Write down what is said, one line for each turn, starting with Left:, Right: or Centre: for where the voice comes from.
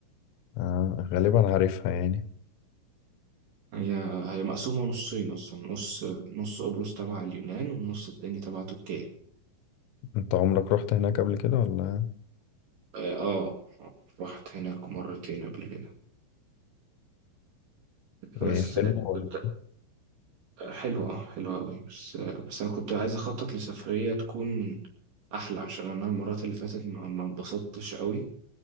Left: آه غالبا عارفها يعني
Right: هي هي مقسومة نصين أصلا نص نص قبرص تبع اليونان والنص التاني تبع تركيا
Left: انت عمرك رحت هناك قبل كده ولا
Right: اه آه، رحت هناك مرتين قبل كده
Left: وهي
Right: بس
Left: حلوة
Right: آه،
Left: ولا
Right: كنت آه، حلوة اه حلوة أوي بس آه، بس أنا كنت عايز أخطط لسفرية تكون أحلى عشان أنا المرات اللي فاتت ما ما اتبسطتش أوي